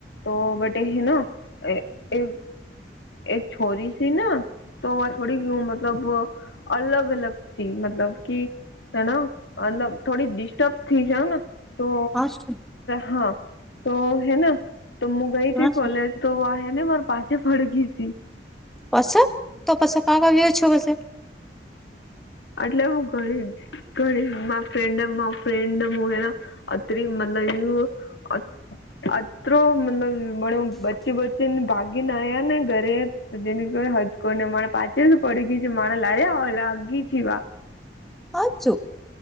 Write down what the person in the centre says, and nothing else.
હા શું
હા
શું
પછ તો પછો કક આવ્યો છો પછ <inaudible>
સાચું